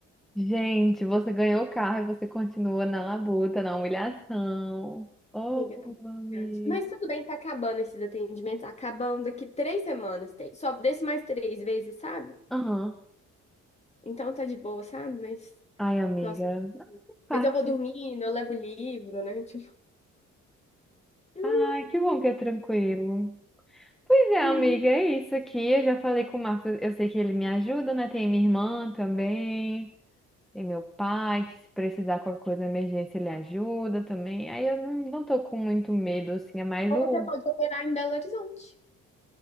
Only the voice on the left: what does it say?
Amiga, tá muito
Grande. Mas tudo bem, tá acabando esses atendimentos. tá acabando daqui três semanas. Tem- Só desce mais três vezes, sabe?
Então tá de boa, sabe? Mas,
nossa.
Mas eu vou dormindo, eu levo livro, né? Tipo, <laughs> hum,
hum,
sim.
Ou
você pode operar em Belo Horizonte.